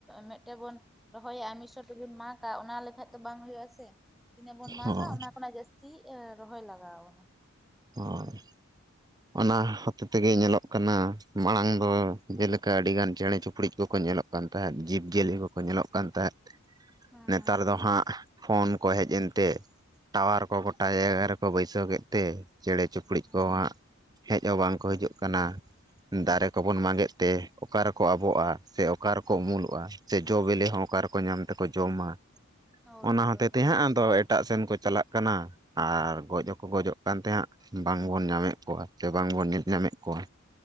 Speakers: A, in the centre; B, on the right.
A: ᱢᱤᱫᱴᱮ ᱵᱚᱱ ᱨᱚᱦᱚᱭᱟ ᱢᱤᱫ ᱥᱚ ᱴᱤᱵᱚᱱ ᱢᱟᱜ-ᱟ ᱚᱱᱟ ᱞᱮᱠᱷᱟᱡ ᱫᱚ ᱵᱟᱝ ᱦᱩᱭᱩᱜ ᱟᱥᱮ ᱾ ᱛᱤᱱᱟᱹᱜ ᱵᱚᱱ ᱢᱟᱜᱟ,
B: ᱦᱳᱭ
A: ᱚᱱᱟ ᱠᱷᱚᱱᱟᱜ ᱡᱟᱹᱥᱛᱤ ᱨᱚᱦᱚᱭ ᱞᱟᱜᱟᱣ ᱟᱵᱚᱱᱟ ᱾
B: ᱦᱳᱭ ᱚᱱᱟ ᱦᱚᱛᱮ ᱛᱮᱜᱮ ᱧᱮᱞᱚᱜ ᱠᱟᱱᱟ ᱾ᱢᱟᱲᱟᱝ ᱫᱚ ᱡᱮᱞᱮᱠᱟ ᱟᱹᱰᱤᱜᱟᱱ ᱪᱮᱸᱬᱮ ᱪᱩᱯᱲᱩ ᱠᱚᱠᱚ ᱧᱮᱞᱚᱜ ᱠᱟᱱ ᱛᱟᱦᱮᱸᱫ ᱡᱤᱵᱽᱼᱡᱤᱭᱟᱹᱞᱤ ᱠᱚᱠᱚ ᱧᱮᱞᱚᱜ ᱠᱟᱱ ᱛᱟᱦᱮᱸᱫ
A: ᱦᱮᱸ
B: ᱱᱮᱛᱟᱨ
A: ᱦᱮᱸ
B: ᱫᱚ ᱦᱟᱸᱜ ᱯᱷᱳᱱ ᱠᱚ ᱦᱮᱡ ᱮᱱ ᱛᱮ ᱴᱟᱣᱟᱨ ᱠᱚ ᱜᱚᱴᱟ ᱡᱟᱭᱜᱟ ᱨᱮᱠᱚ ᱵᱟᱹᱭᱥᱟᱹᱣ ᱠᱮᱫ ᱛᱮ ᱪᱮᱬᱮ ᱪᱚᱯᱩ ᱠᱩᱲᱤᱡ
A: ᱦᱮᱸ
B: ᱠᱚ ᱦᱟᱸᱜ ᱦᱮᱡ ᱦᱚᱸ ᱵᱟᱝ ᱠᱚ ᱦᱤᱡᱩᱜ ᱠᱟᱱᱟ ᱫᱟᱨᱮ ᱠᱚᱵᱚᱱ ᱢᱟᱸᱜᱮᱫ ᱛᱮ ᱚᱠᱟ ᱨᱮᱠᱚ ᱟᱵᱚᱜᱼᱟ ᱥᱮ ᱚᱠᱟ ᱨᱮᱠᱚ ᱩᱢᱩᱞᱚᱜᱼᱟ᱾ ᱥᱮ ᱡᱚᱼ ᱵᱤᱞᱤ ᱦᱚᱸ ᱚᱠᱟ ᱨᱮᱠᱚ ᱧᱟᱢ ᱛᱮᱠᱚ ᱡᱚᱢᱟ
A: ᱦᱳᱭ
B: ᱚᱱᱟ
A: ᱦᱳᱭ
B: ᱦᱚᱛᱮ ᱛᱮ ᱦᱟᱸᱜ ᱟᱫᱚ ᱮᱴᱟᱜ ᱥᱮᱱ ᱠᱚ ᱪᱟᱞᱟᱜ ᱠᱟᱱᱟ ᱾ ᱟᱨ ᱜᱚᱡ ᱦᱚᱸᱠᱚ ᱜᱚᱡᱚᱜ ᱠᱟᱱ ᱛᱟᱦᱮᱸ ᱦᱟᱸᱜ᱾ ᱵᱟᱝᱵᱚᱱ ᱧᱟᱢᱮᱫ ᱠᱚᱣᱟ ᱥᱮ ᱵᱟᱝᱵᱚᱱ ᱧᱮᱞ ᱧᱟᱢᱮᱫ ᱠᱚᱣᱟ